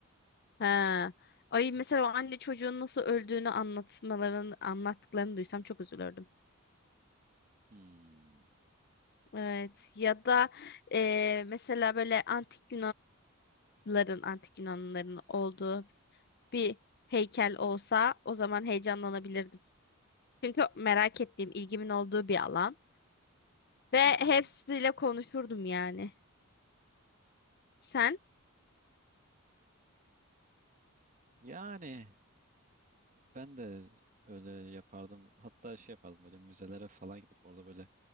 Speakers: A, on the left; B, on the right.
A: Ha. Ay mesela o anne çocuğun nasıl öldüğünü anlatmalarını anlattıklarını duysam çok üzülürdüm.
B: Hmm.
A: Evet ya da e, mesela böyle antik Yunanların antik Yunanlıların olduğu bir heykel olsa o zaman heyecanlanabilirdim. Çünkü merak ettiğim ilgimin olduğu bir alan ve
B: Hı
A: hepsiyle
B: hı.
A: konuşurdum yani. Sen?
B: Yani ben de öyle yapardım. Hatta şey yapardım böyle müzelere falan gidip orada böyle